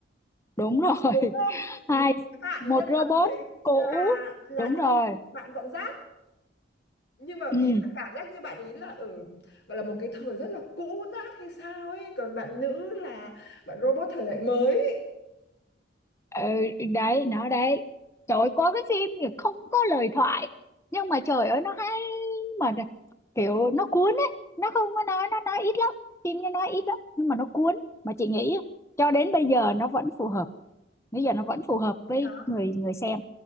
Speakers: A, on the left; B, on the left.
A: đúng rồi
B: đúng không
A: <laughs> hai
B: bạn
A: một
B: nhân
A: robot
B: vật chính
A: cũ
B: là là
A: đúng
B: đi
A: rồi
B: bạn dọn rác nhưng mà
A: ừ.
B: ý là cảm giác như bạn ý là ở gọi là một cái thời rất là cũ nát hay sao ấy còn bạn nữ là bạn robot thời đại mới
A: ừ, đấy nó đấy trời ơi, có cái phim thì không có lời thoại nhưng mà trời ơi nó hay mà nè, kiểu nó cuốn ấy nó không có nói nó nói ít lắm phim nó nói ít lắm nhưng mà nó cuốn mà chị nghĩ cho đến bây giờ nó vẫn phù hợp bây giờ nó vẫn phù hợp với
B: Đó.
A: người người xem